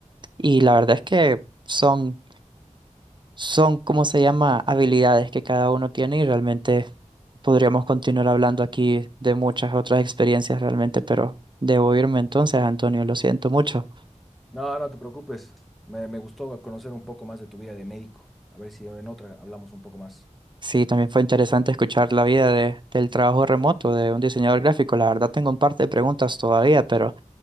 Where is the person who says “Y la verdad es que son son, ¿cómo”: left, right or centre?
Right